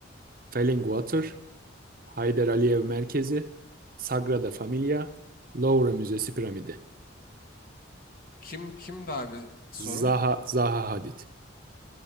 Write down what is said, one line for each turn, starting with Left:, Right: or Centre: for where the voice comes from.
Right: Fallingwater, Haydar Aliyev Merkezi, Sagrada Familia, Louvre Müzesi Piramidi.
Left: Kim kimdi abi soru?
Right: Zaha, Zaha Hadid.